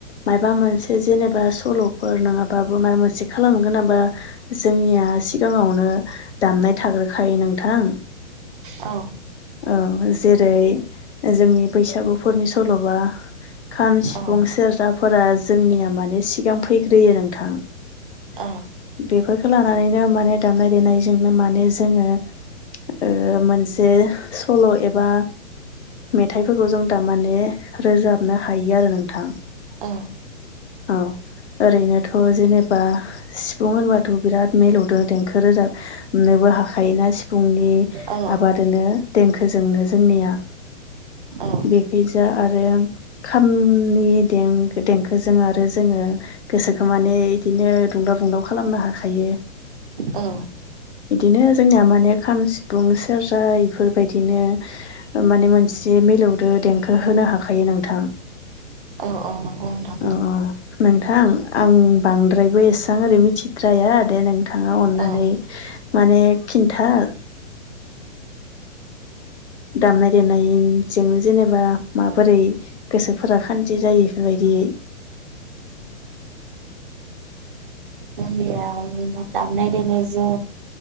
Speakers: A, on the left; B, on the right.
A: माबा मोनसे जेनेबा सल'फोर नङाबाबो माबा मोनसे खालामनो गोनांबा जोंनिया सिगांङावनो दामनाय थाग्रोखायो नोंथां
B: औ
A: औ जेरै जोंनि बैसागुफोरनि सल'बा खाम सिफुं
B: औ
A: सेरजाफोरा जोंनिया माने सिगां फैग्रोयो नोंथां
B: औ
A: बेफोरखौ लानानैनो माने दामनाय देनायजोंनो माने जोंङो ओ मोनसे सल' एब मेथाइफोरखौ जों दा माने रोजाबनो हायो आरो नोंथां।
B: औ।
A: औ ओरैनोथ' जेनेबा। सिफुं होनबाथ' बिराद मिलौदो देंखो रोजाबनोबो हाखायोना सि फुंनि
B: औ
A: आबादोनो देंखोजोंनो जोंनिया।
B: औ
A: बेखिजा आरो खामनि दें देंखो जों आरो जोङो गोसोखौ माने इदिनो दुंदाव बुंदाव खालामनो हाखायो।
B: औ।
A: इदिनो जोंनिया माने खाम सिफुं सेरजा इफोरबायदिनो। माने मोनसे मिलौदो देंखो होनो हाखायो नोंथां।
B: औ औ औ नंगौ नोंथां।
A: अ अ नोंथां आं बांद्रायबो एसां ओरै मिथिद्राया दे नों थांङा अननानै
B: औ
A: माने खिन्था। दामनाय देनायजों जेनेबा माबोरै। गोसोफोरा खान्थि जायो इफोरबायदि।
B: जिया <unintelligible> दामनाय देनाय जों